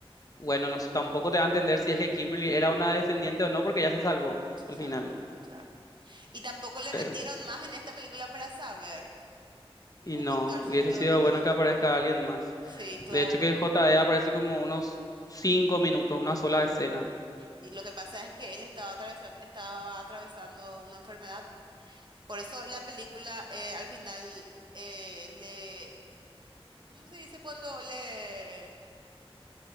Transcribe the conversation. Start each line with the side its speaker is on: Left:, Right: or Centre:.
Left: bueno, nos, tampoco te va a entender si es que Kimberly era una descendiente o no porque ya se salvó
Right: Se
Left: al
Right: salvó,
Left: final.
Right: y claro. Y tampoco le
Left: Pero,
Right: metieron más en esta película para saber
Left: y
Right: o
Left: no,
Right: contar
Left: hubiese
Right: su historia,
Left: sido
Right: ¿entendés?
Left: bueno que aparezca alguien más.
Right: Sí, claro.
Left: De hecho que JD aparece como unos cinco minutos, una sola escena.
Right: Y lo que pasa es que él estaba atravesando, estaba atravesando una enfermedad. Por eso la película eh, al final eh, le... ¿Cómo se dice cuando le,